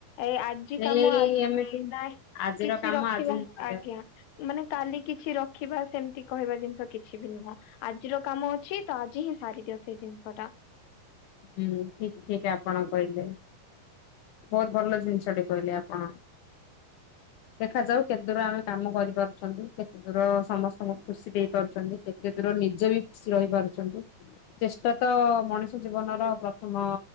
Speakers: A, on the left; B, on the left.
A: ଏଇ ଆଜି
B: ସେଇ
A: କାମ ଆଜି
B: ଏମିତି
A: ହିଁ ନା
B: ଆଜିର
A: କିଛି
B: କାମ
A: ରଖିବନ୍
B: ଆଜି ହିଁ କରିବା।
A: ଆଜ୍ଞା ମାନେ କାଲି କିଛି ରଖିବା ସେମତି କହିବା ଜିନଷ କିଛି ବି ନୁହଁ। ଆଜିର କାମ ଅଛି ତ ଆଜି ହିଁ ସାରି ଦିଅ ସେ ଜିନଷ ଟା।
B: ହୁଁ ଠିକ୍ ଠିକ୍ ଆପଣ କହିଲେ। ବହୁତ ଭଲ ଜିନଷ ଟେ କହିଲେ ଆପଣ। ଦେଖାଯାଉ କେତେ ଦୂର ଆମେ କାମ କରିପାରୁଛନ୍ତି କେତେ ଦୂର ଅ ସମସ୍ତଙ୍କୁ ଖୁସି ଦେଇପାରୁଚନ୍ତି କେ କେତେ ଦୂର ନିଜେ ବି ଖୁସି ରହିପାରୁଚନ୍ତି ଚେଷ୍ଟା ତ ଅ ଅ ମଣିଷ ଜୀବନର ପ୍ର ଥମ